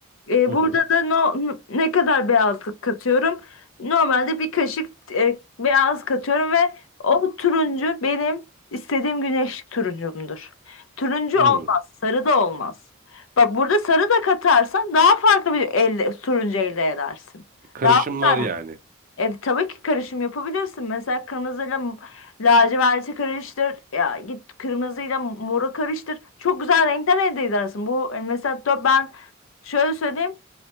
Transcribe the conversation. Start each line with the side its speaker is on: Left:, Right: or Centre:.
Left: Eee,
Right: Hı
Left: burada
Right: hı.
Left: da no, ne kadar beyazlık katıyorum? Normalde bir kaşık e, beyaz katıyorum ve o turuncu benim istediğim güneş turuncumdur. Turuncu
Right: Hı.
Left: olmaz, sarı da olmaz. Bak burada sarı da katarsan daha farklı bir elde, turuncu elde edersin.
Right: Karışımlar
Left: Daha güzel
Right: yani.
Left: e, tabii ki karışım yapabilirsin. Mesela kırmızıyla m- laciverti karıştır. Ya git kırmızıyla moru karıştır. Çok güzel renkler elde edersin. Bu e, mesela dört, ben şöyle söyleyeyim.